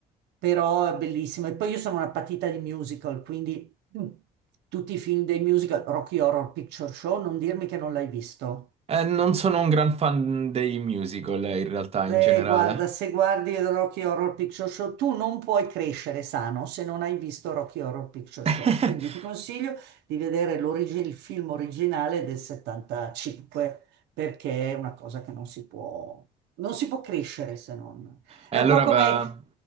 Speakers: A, on the right; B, on the right.
A: però è bellissimo. E poi io sono una patita di musical, quindi mm, tutti i film dei musical, Rocky Horror Picture Show, non dirmi che non l'hai visto.
B: Eh, non sono un gran fan dei musical, eh, in realtà,
A: Beh,
B: in generale.
A: guarda, se guardi Rocky Horror Picture Show, tu non puoi crescere sano se non hai visto Rocky Horror Picture
B: <laughs>
A: Show. Quindi ti consiglio di vedere l'origi- il film originale del 75, perché è una cosa che non si può, non si può crescere se non.
B: E
A: È
B: allora,
A: un po' come
B: va-